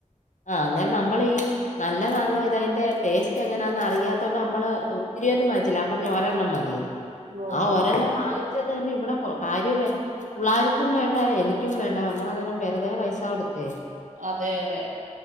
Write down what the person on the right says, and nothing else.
ഓഹോ
അതെ അതെ